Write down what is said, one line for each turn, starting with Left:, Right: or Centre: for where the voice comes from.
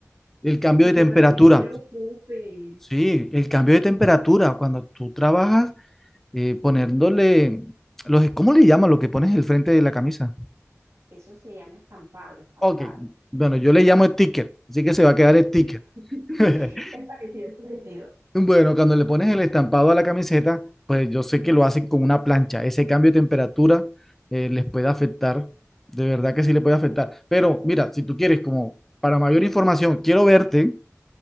Centre: El cambio
Right: Ay,
Centre: de
Right: pero
Centre: temperatura,
Right: no me preocupes.
Centre: sí, el cambio de temperatura, cuando tú trabajas eh, poniéndole... Los, ¿cómo le llama lo que pones en el frente de la camisa?
Right: Eso se llama estampado, estampado.
Centre: Ok, bueno, yo le llamo sticker, así que se va a quedar sticker.
Right: <laughs>
Centre: <laughs>
Right: Es parecido, es parecido.
Centre: Bueno, cuando le pones el estampado a la camiseta, pues yo sé que lo hacen con una plancha. Ese cambio de temperatura eh, les puede afectar. De verdad que sí le puede afectar. Pero mira, si tú quieres, como para mayor información, quiero verte,